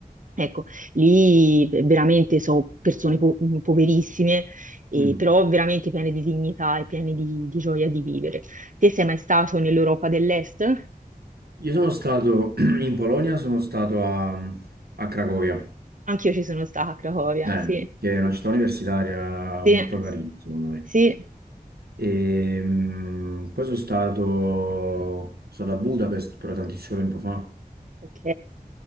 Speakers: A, on the right (about 55°); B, on the right (about 85°).
A: ecco, lì veramente sono persone po- poverissime, e-
B: mm.
A: però veramente piene di dignità e piene di, di gioia di vivere. Te sei mai stato nell'Europa dell'Est?
B: Io sono stato <clears throat> in Polonia, sono stato a, a Cracovia,
A: Anch'io ci sono stata a Cracovia,
B: eh,
A: sì.
B: che è una città universitaria
A: Sì,
B: molto carina, secondo me.
A: sì,
B: E, mm, poi sono stato, sono stato a Budapest però tantissimo tempo fa.
A: ok.